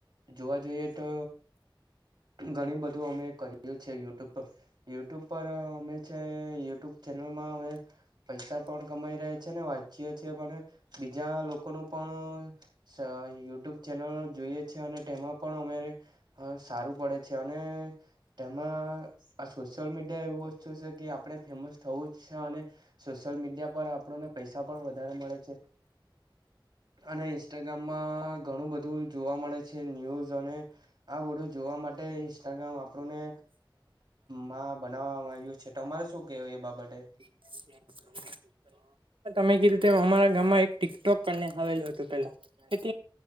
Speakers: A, on the right; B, on the right.
A: જોવા જોઈએ તો ઘણી બધું અમે કરીએ છે યુટ્યુબ પર યુટ્યુબ પર અમે છે યુટ્યુબ ચેનલમાં અમે પૈસા પણ કમાઈ રહ્યા છે ને વાંચ્ય છે પણ બીજા લોકોનું પણ યુટ્યુબ ચેનલ જોઈએ છે અને તેમાં પણ અમે સારું પડે છે અને તેમાં આ સોશિયલ મીડિયા એવું વસ્તુ છે કે આપણે ફેમસ થવું જ છે અને સોશિયલ મીડિયા પર આપણોને પૈસા પણ વધારે મળે છે અને ઇન્સ્ટાગ્રામમાં ઘણું બધું જોવા મળે છે ન્યુઝ અને આ બધું જોવા માટે ઇન્સ્ટાગ્રામ આપણુંને માં બનાવવામાં આવ્યું છે તમારે શું કેવું એ બાબતે
B: એ <unintelligible> <inaudible> તમે કીધુંતે અમારા ગામમાં એક ટિકટોકને આવેલું હતું પેલા કે ત